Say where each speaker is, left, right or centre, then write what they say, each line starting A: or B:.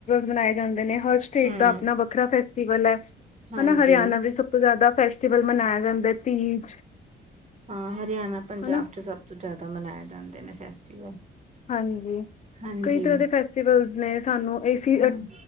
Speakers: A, on the left (about 35°); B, on the right (about 35°).
A: ਮਨਾਏ ਜਾਂਦੇ ਨੇ ਹਰ ਸਟੇਟ
B: ਹਮ
A: ਦਾ ਅਪਣਾ ਵੱਖਰਾ ਫੈਸਟੀਵਲ ਹੈ
B: ਹਾਂਜੀ
A: ਹੈਨਾ ਹਰਿਆਣਾ ਤੋਂ ਜ਼ਿਆਦਾ ਫੈਸਟੀਵਲ ਮਨਾਇਆ ਜਾਂਦਾ ਐ ਤੀਜ
B: ਹਾਂ ਹਰਿਆਣਾ ਪੰਜਾਬ
A: ਹਨਾ
B: ਚ ਸਭ ਤੋਂ ਜ਼ਿਆਦਾ ਮਨਾਏ ਜਾਂਦੇ ਨੇ ਫੈਸਟੀਵਲ
A: ਹਾਂਜੀ
B: ਹਾਂਜੀ
A: ਕਈ ਤਰ੍ਹਾਂ ਦੇ ਫੈਸਟੀਵਲਸ ਨੇ ਸਾਨੂੰ ਏਸੀ
B: ਹਮ